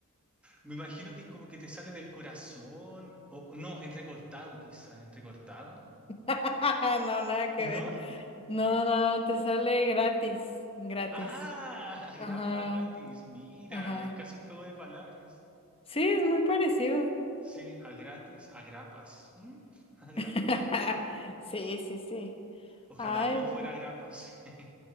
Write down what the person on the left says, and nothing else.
<laughs> No, nada que
ver. No, no, te sale gratis, gratis.
Ajá,
ajá.
Sí, es muy parecido.
<laughs> Sí, sí, sí.
Ay,